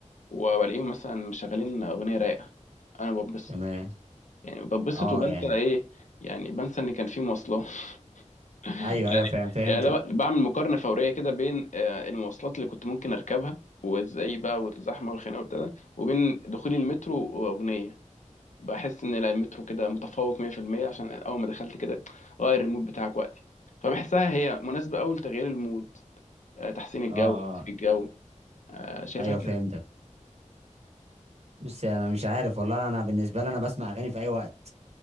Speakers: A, on the left; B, on the right.
A: والاقيهم مثلا مشغلين اغنيه رايقه انا ببسط
B: تمام
A: يعني ببسط
B: اه
A: وبنسى
B: يعني
A: ايه يعني بنسى ان كان في مواصلات <laughs> يعني
B: ايوه ايوه فاهم فهمتك
A: يعني أنا ب- بعمل مقارنه فوريه كده بين آه، المواصلات اللي كنت ممكن اركبها وازاي بقى والزحمه والخناقه وابتدى وبين دخولي المترو واغنيه بحس ان لا المترو كده متفوق 100% عشان اول ما دخلت كده غير المود بتاعك وقتي فبحسها هي مناسبة أوي لتغيير المود آه، تحسين الجو
B: اه اه
A: تطفي الجو آه، شايفها
B: ايوه
A: كده
B: فهمتك بص انا مش عارف والله انا بالنسبه لي انا بسمع اغاني في اي وقت